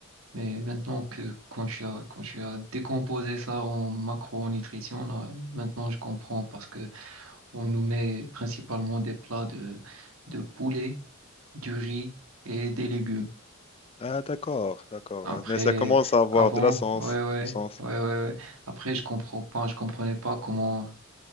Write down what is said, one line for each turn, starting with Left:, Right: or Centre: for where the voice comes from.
Right: mais maintenant que, quand tu as, quand tu as décomposé ça en macronutrition, là, maintenant, je comprends parce que on nous met principalement des plats de, de poulet, du riz et des légumes.
Left: Ah, d'accord, d'accord.
Right: Après,
Left: Mais ça commence à avoir
Right: avant,
Left: de la sens,
Right: ouais, ouais,
Left: du sens.
Right: ouais, ouais, ouais. Après, je comprends pas, je comprenais pas comment,